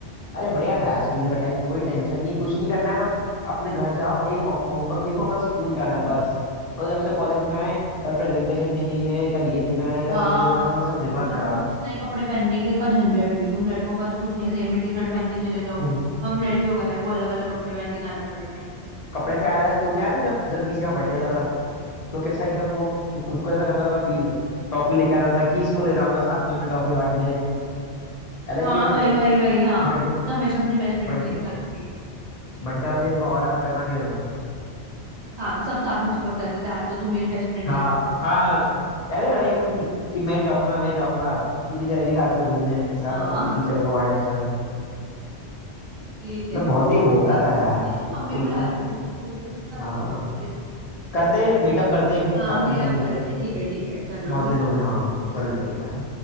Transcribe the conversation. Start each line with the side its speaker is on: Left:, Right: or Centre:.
Left: अरे बढ़िया था यार स्कूल का टाइम कोई टेंशन नहीं कुछ नहीं करना है बस अपने घर जाओ एक होम होमवर्क लिखो कल स्कूल जाना है बस और जब से कॉलेज में आए कल प्रेजेंटेशन देनी है कल ये देना है कल
Right: हाँ
Left: वो देना है सब दिमाग
Right: और
Left: खराब
Right: रोज नए कपड़े पहनने के का झंझट भी तुम लड़कों का तो कुछ नहीं है सेम ही टी शर्ट पहन के चले जाओ
Left: <laughs> हम्म।
Right: हम लड़कियों का है वो अलग अलग कपड़े पहन के जाने पड़ते हैं
Left: कपड़े से आया था स्कूल में आया था जब जब किसी का बर्थडे होता था तो कैसा एकदम वो उस- खुद को ऐसा करता था फील टॉफी लेके आता था कि इसको ले जाऊंगा साथ में मैं टॉफी बांटने अलग
Right: हाँ
Left: ही मतलब
Right: वही वही वही हाँ मैं
Left: बर्थडे
Right: तो हमेशा अपने बेस्ट फ्रेंड
Left: बर्थडे
Right: को लेके जाती थी
Left: बर्थडे वाले दिन का ऑरा खतरनाक ही रहता था
Right: साथ में सब साथ में चिपक जाते थे आज तो तू मेरी बेस्ट फ्रेंड
Left: हाँ
Right: है तू मेरी बेस्ट
Left: हाँ
Right: फ्रेंड
Left: याद है लड़ाई होती थी कि मैं जाऊंगा मैं जाऊंगा तू नहीं जाएगी साथ में घूमने ऐसा
Right: हाँ
Left: ना वैसा टीचर
Right: <laughs>
Left: को बांटने जाने
Right: ठीक है
Left: मतलब
Right: चलो
Left: बहुत ही वो होता था यार स्कूल
Right: मेरी ना मम्मी बुला
Left: का
Right: रही है मैं तुम्हें थोड़ी देर में बात
Left: हाँ
Right: करूँ तुमसे
Left: करते मीटअप करते एक दिन
Right: हाँ
Left: साथ
Right: मीटअप
Left: में सब मिलते
Right: करते हैं ठीक है ठीक है चलो
Left: बहुत
Right: ठीक
Left: दिन हो गए हाँ चलो ठीक है बाय